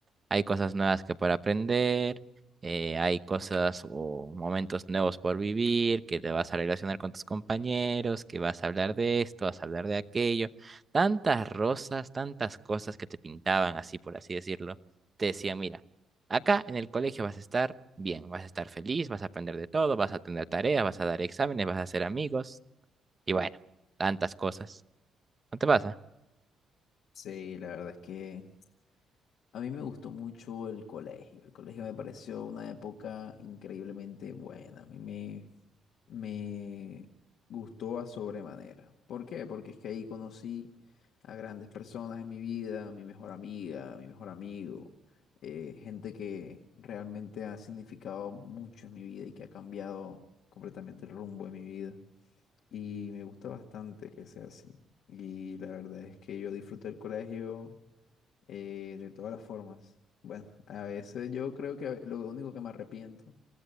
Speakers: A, on the right; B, on the left.
A: Hay cosas nuevas que para aprender, eh, hay cosas o momentos nuevos por vivir, que te vas a relacionar con tus compañeros, que vas a hablar de esto, vas a hablar de aquello. Tantas rosas, tantas cosas que te pintaban así, por así decirlo. Te decían, mira, acá en el colegio vas a estar bien, vas a estar feliz, vas a aprender de todo, vas a tener tareas, vas a dar exámenes, vas a hacer amigos y bueno, tantas cosas. ¿No te pasa?
B: Sí, la verdad es que a mí me gustó mucho el colegio. El colegio me pareció una época increíblemente buena. A mí me, me gustó a sobremanera. ¿Por qué? Porque es que ahí conocí a grandes personas en mi vida, a mi mejor amiga, a mi mejor amigo, eh, gente que realmente ha significado mucho en mi vida y que ha cambiado completamente el rumbo de mi vida. Y me gusta bastante que sea así. Y la verdad es que yo disfruto del colegio eh, de todas las formas. Bueno, a veces yo creo que lo único que me arrepiento